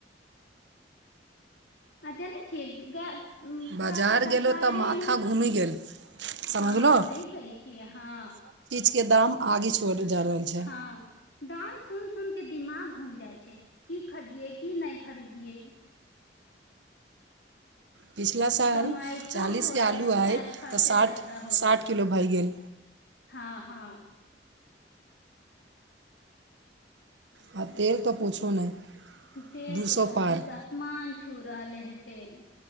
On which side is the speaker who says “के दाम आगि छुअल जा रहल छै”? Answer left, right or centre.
Right